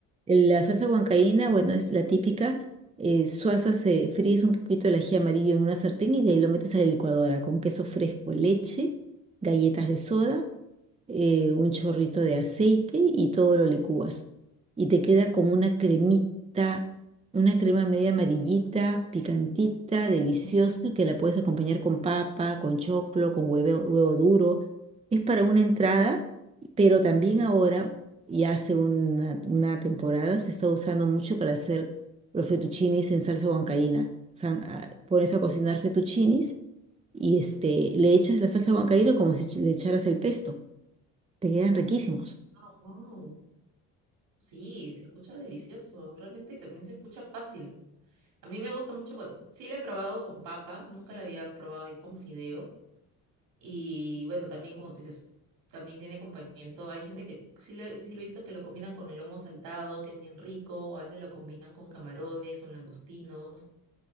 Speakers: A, on the right; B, on the right.
A: la salsa huancaína, bueno, es la típica. Eh, suaza se fríes un poquito el ají amarillo en una sartén y de ahí lo metes a la licuadora con queso fresco, leche, galletas de soda eh, un chorrito de aceite y todo lo licúas. Y te queda como una cremita, una crema media amarillita, picantita, deliciosa,
B: Mm.
A: que la puedes acompañar con papa, con choclo, con huevo, huevo duro. Es para una entrada, pero también ahora, y hace una, una temporada, se está usando mucho para hacer los fettuccinis en salsa huancaína. San- ah, Pones a cocinar fettuccinis y este, le echas la salsa huancaína como si ch- le echaras el pesto te quedan riquísimos.
B: Ah, wow. Sí, se escucha delicioso, realmente también se escucha fácil. A mí me gusta mucho, bueno, sí la he probado con papa, nunca la había probado ahí con fideo. Y bueno, también como tú dices, también tiene acompañamiento. Hay gente que sí lo, sí lo he visto que lo combinan con el lomo saltado, que es bien rico, o a veces lo combinan con camarones o langostinos,